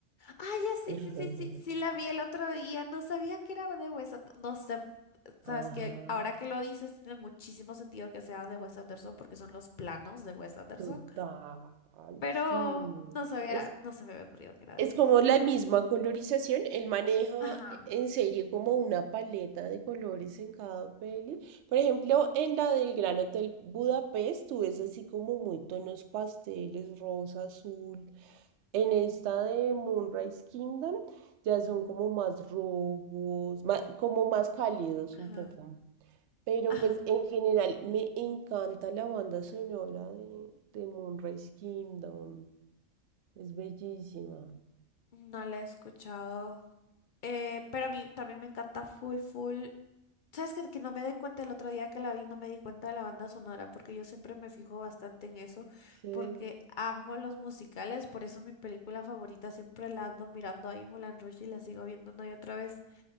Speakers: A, on the left; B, on the right.
A: Ah, ya sí,
B: <laughs>
A: sí, sí, sí, sí la vi el otro día. No sabía que era de Wes Anderson. No sé,
B: Ajá,
A: sabes que ahora que lo dices, tiene muchísimo sentido que sea de Wes Anderson porque son los planos de Wes Anderson.
B: total,
A: Pero
B: sí.
A: no sabía,
B: es.
A: no se me había ocurrido que era de
B: Es
A: él.
B: como la misma colorización, él maneja
A: Ajá,
B: en serio como una paleta de colores en cada peli. Por ejemplo, en la del Gran Hotel Budapest, tú ves así como muy tonos pasteles, rosa, azul. En esta de Moonrise Kingdom ya son como más rojos, ma- como más cálidos
A: ajá.
B: un poco. Pero
A: Ajá,
B: pues en general me encanta la banda sonora de, de Moonrise Kingdom. Es bellísima.
A: no la he escuchado. Eh, pero a mí también me encanta full, full. ¿Sabes que, que no me di cuenta el otro día que la vi? No me di cuenta de la banda sonora porque yo siempre me fijo bastante en eso
B: Sí.
A: porque amo los musicales, por eso mi película favorita siempre la ando mirando ahí Moulin Rouge y la sigo viendo una y otra vez.